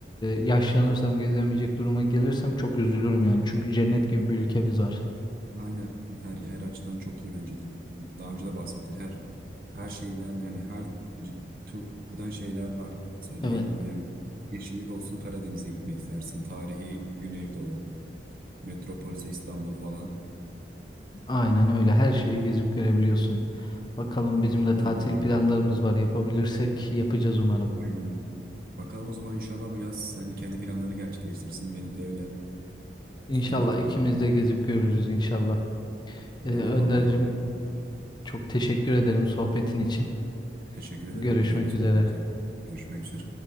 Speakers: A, on the left; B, on the right.
A: yaşlanırsam gezemeyecek duruma gelirsem çok üzülürüm yani. Çünkü cennet gibi bir ülkemiz var.
B: Aynen her her açıdan çok iyi bence. Daha önce de bahsettin. Her her şeyden hani her c- türden şeyler var. Mesela
A: Evet,
B: dediğin gibi hem yeşillik olsun Karadeniz'e gitmek istersin. Tarihi Güneydoğu, metropolse İstanbul falan.
A: aynen öyle. Her şeyi gezip görebiliyorsun. Bakalım bizim de
B: Öyle
A: tatil
B: valla.
A: planlarımız var. Yapabilirsek yapacağız umarım.
B: Aynen. Bakalım o zaman inşallah bu yaz sen kendi planlarını gerçekleştirsin. Benim de öyle.
A: İnşallah
B: Benim de planım.
A: ikimiz
B: var.
A: de gezip görürüz inşallah. Ee,
B: Öyle
A: Önder'cim
B: vallahi bakalım.
A: çok teşekkür ederim sohbetin için.
B: Teşekkür ederim.
A: Görüşmek
B: Yani
A: üzere.
B: görüşmek üzere.